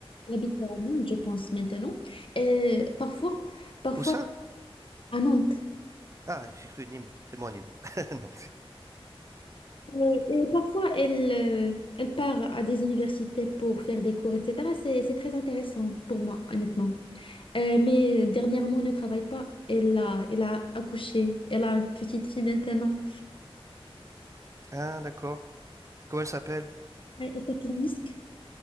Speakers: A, on the left; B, on the right.
A: elle habite à Nantes, je pense, maintenant. Et parfois, parfois
B: Où ça?
A: à Nantes.
B: Ah, j'ai cru Nîmes. C'est moi Nîmes. <laughs> Non.
A: Euh, et parfois, elle, euh, elle part à des universités pour faire des cours, etc. C'est, c'est très intéressant pour moi, honnêtement. Euh, mais dernièrement, elle ne travaille pas. Elle a, elle a accouché. Elle a une petite fille maintenant.
B: Ah, d'accord. Comment elle s'appelle?
A: Elle s'appelle Misk.